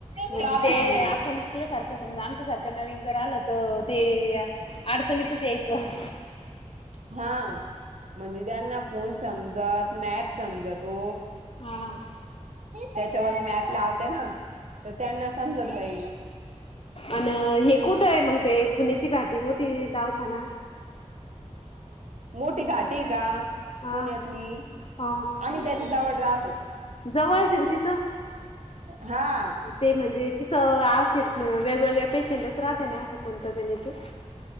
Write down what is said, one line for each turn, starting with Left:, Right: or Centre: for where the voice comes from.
Left: म्हणजे
Right: ट्राफिक
Left: ते
Right: मुळे
Left: आप संपलं सारख‌ समजा. आमच्यासारख नवीन जर आलं, तर ते अडचणीतच यायचं.
Right: हा म्हणजे त्यांना फोन समजत, मॅप समजतो.
Left: हा
Right: त्याच्यावर मॅप लावते ना, तर त्यांना समजत बाई.
Left: आन हे कुठं हाय मग, ते पुण्याचे घाटी मोठी दवाखाना?
Right: मोठी घाटी हाय का?
Left: हा
Right: पुण्यातली,
Left: हा
Right: आम्ही त्याच्या जवळ राहतो.
Left: जवळच आहे का तिथं
Right: हा.
Left: ते म्हणजे ती तर असे वेगवेगळे पेशंटच राहते ना असे कोणत पण हेचे?